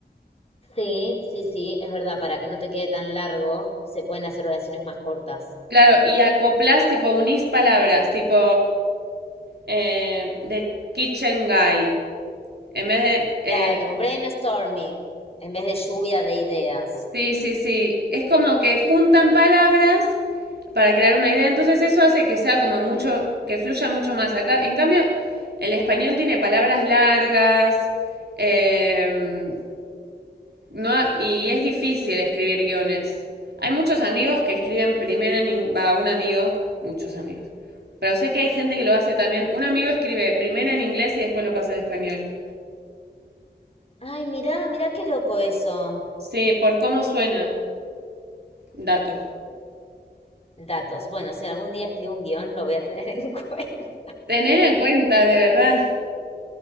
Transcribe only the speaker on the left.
Sí, sí, sí, es verdad, para que no te quede tan largo, se pueden hacer oraciones más cortas.
Claro, brainstorming, en vez de lluvia de ideas.
Ay, mirá, mirá qué loco eso.
Datos. Bueno, si algún día escribo un guión, lo voy a tener <laughs> en cuenta.